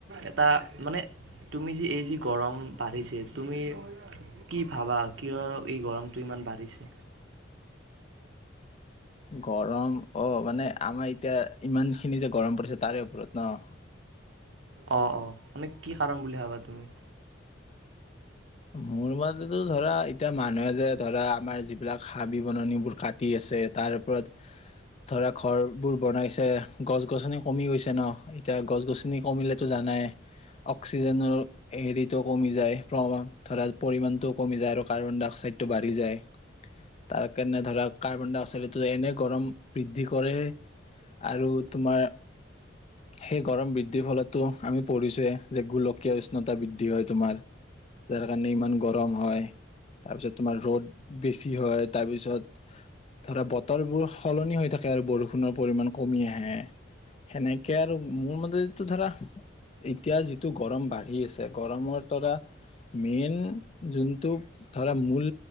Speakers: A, on the right; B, on the left.
A: এটা মানে তুমি যি এই যি গৰম বাঢ়িছে তুমি কি ভাবা কিয় এই গৰমটো ইমান বাঢ়িছে?
B: গৰম অ', মানে আমাৰ এতিয়া ইমানখিনি যে গৰম পৰিছে তাৰে ওপৰত ন'?
A: অ', অ', মানে কি কাৰণ বুলি ভাবা তুমি?
B: মোৰ মতেতো ধৰা এতিয়া মানুহে যে ধৰা আমাৰ যিবিলাক হাবি বননিবোৰ কাটি আছে তাৰ ওপৰত ধৰা ঘৰবোৰ বনাইছে গছ গছনি কমি গৈছে ন' এতিয়া গছ গছনি কমিলেতো জানাই অক্সিজেনৰ হেৰিটো কমি যায়। ধৰা পৰিমাণটোও কমি যায় আৰু কাৰ্বন ডাই অক্সাইডটো বাঢ়ি যায় তাৰ কাৰণে ধৰা কাৰ্বন ডাই অক্সাইডত এনে গৰম বৃদ্ধি কৰে আৰু তোমাৰ সেই গৰম বৃদ্ধিৰ ফলতো আমি পঢ়িছোঁৱে যে গোলকীয় উষ্ণতা বৃদ্ধি হয় তোমাৰ যাৰ কাৰণে ইমান গৰম হয় তাৰপিছত তোমাৰ ৰ'দ বেছি হয় তাৰপিছত ধৰা বতৰবোৰ সলনি হৈ থাকে আৰু বৰষুণৰ পৰিমাণ কমি আহে সেনেকে আৰু মোৰ মতে ধৰা এতিয়া যিটো গৰম বাঢ়ি আছে গৰমৰ তৰা মেইন যোনটো ধৰা মূল